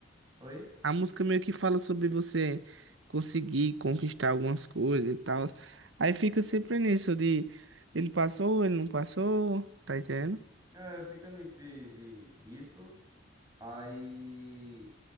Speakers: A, on the right (about 20°); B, on the right (about 75°).
A: Oi?
B: A música meio que fala sobre você conseguir conquistar algumas coisas e tal. Aí fica sempre nisso de ele passou, ele não passou, tá entendendo?
A: É, fica nisso de, de, disso. Aí,